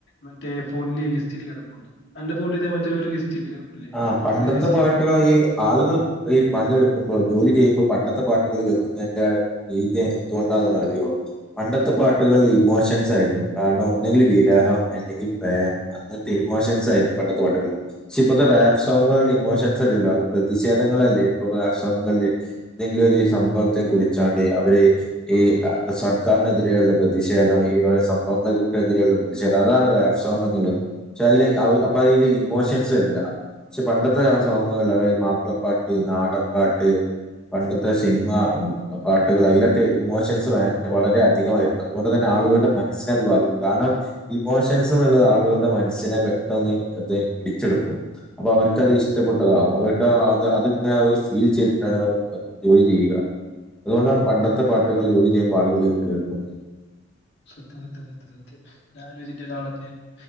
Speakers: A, on the left (about 55°); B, in the centre.
A: മറ്റെ ഫോണിൽ ലിസ്റ്റിൽ കിടക്കണ്ട്, എന്റെ ഫോണിൽ ഇതേ പോലെ ഒരു ലിസ്റ്റ് ഇല്ലേ കിടപ്പില്ലേ
B: ആ പണ്ടത്തെ
A: പ്ലേലിസ്റ്റ്
B: പാട്ടുകളായി ഈ ആളുകൾ ഈ പണെടുക്കുമ്പോ ജോലി ചെയ്യുമ്പോ പണ്ടത്തെ പാട്ടുകൾ കേൾക്കുന്നതിന്റെ രീതിയ എന്തുകൊണ്ടാന്ന അറിയോ പണ്ടത്തെ പാട്ടുകളിൽ ഇമോഷൻസ് ആയിരുന്നു കാരണം ഒന്നെങ്കിൽ വിരഹം എന്തെങ്കിൽ പ്രേമം അങ്ങനത്തെ ഇമോഷൻസായിരിന്നു പണ്ടത്തെ പാട്ടുകളിൽ, പക്ഷെപ്പോ ഇപ്പൊത്തെ റാപ്പ് സോങ്ങുകളിൽ ഇമോഷൻസ് അല്ലല്ലോ പ്രതിഷേധങ്ങളല്ലേ ഇപ്പൊ റാപ്പ് സോങ്ങുകളില് എന്തെങ്കിലും ഒരു സംഭവത്തെ കുറിച്ചാണ്ട് അവര് ഈ സർക്കാരിനെതിരെയുള്ള പ്രതിഷേധം ഈവക സം തിരെയുള്ള പ്രതിഷേധം അതാണ് റാപ് സോങ് എന്നുള്ളത് പക്ഷെ അതിൽ അപ്പൊ അതില ഇമോഷൻസ് വരണ്ട പക്ഷെ പണ്ടത്തെ സോങ്ങുകൾ അതായത് മാപ്പിളപ്പാട്ട് നാടൻപാട്ട് പണ്ടത്തെ സിനിമ പാട്ടുകൾ അതിലൊക്കെ ഇമോഷൻസ് വളരെ അധികമായിരുന്നു അതുകൊണ്ട് തന്നെ ആളുകളുടെ മനസ്സിനെ അത് ബാധിക്കും കാരണം ഇമോഷൻസ് എന്നുള്ളത് ആളുകളുടെ മനസ്സിനെ പെട്ടെന്ന് ഇത് പിടിച്ചെടുക്കും അപ്പൊ അവർക്കത് ഇഷ്ടപ്പെട്ടതകും അവർക്ക് അത് അവര് ഫീൽ ചെയ്തിട്ട് ജോലി ചെയ്യും അതുകൊണ്ടാണ് പണ്ടത്തെ പാട്ടുകൾ ജോലി ചെയ്യുമ്പോൾ ആളുകൾ കേൾക്കുന്നത്
A: സത്യം സത്യം സത്യം സത്യം ഞാനൻ ഇതിന്റെ ഒരാൾ തന്നെയായിയിരുന്നു